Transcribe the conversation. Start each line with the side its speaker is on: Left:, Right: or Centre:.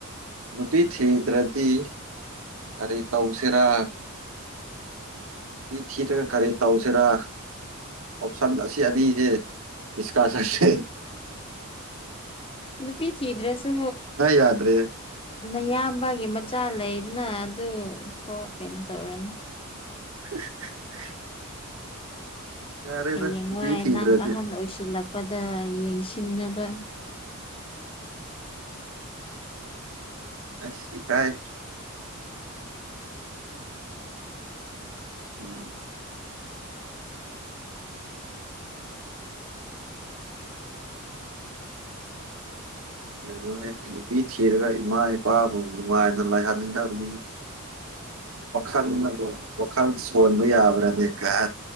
Right: ꯅꯨꯄꯤ ꯊꯤꯗ꯭ꯔꯗꯤ ꯀꯔꯤ ꯇꯧꯁꯤꯔꯥ ꯄ ꯊꯤꯌꯦꯇꯔ ꯀꯔꯤ ꯇꯧꯁꯤꯔꯥ ꯑꯣꯞꯁꯟ ꯑꯁꯤ ꯑꯅꯤꯁꯦ ꯏꯤꯁꯀꯥꯁꯥꯁ
Left: ꯅꯨꯄꯤ ꯊꯤꯗ꯭ꯔꯁꯨ
Right: ꯌꯥꯗ꯭ꯔꯦ
Left: ꯅꯌꯥꯝꯕꯒꯤ ꯃꯆꯥ ꯂꯩ ꯅ ꯑꯗꯨ ꯀꯣ ꯀꯩꯅꯣ ꯇꯧꯔꯣꯅꯤ
Right: <inaudible> ꯌꯥꯔꯦꯗ
Left: ꯍꯌꯦꯡꯋꯥꯏ
Right: ꯅꯨꯄꯤ ꯊꯤꯗ꯭ꯔꯗꯤ
Left: ꯅꯪ ꯑꯍꯜ ꯑꯣꯏꯁꯤꯜꯂꯛꯄꯗ ꯌꯦꯡꯁꯤꯟꯅꯕ
Right: ꯑ ꯀꯥꯏꯥꯏ ꯎꯝ ꯀꯅꯣ ꯅꯨꯄꯤ ꯊꯤꯔꯒ ꯏꯃꯥ ꯏꯄꯥꯕꯨ ꯅꯨꯡꯉꯥꯏꯅ ꯂꯥꯏꯍꯟꯅꯤꯡꯗꯕꯅꯤ ꯋꯥꯈꯜꯅꯕꯨ ꯋꯥꯈꯜ ꯁꯣꯟꯕ ꯌꯥꯕ꯭ꯔꯥꯅꯦ ꯀ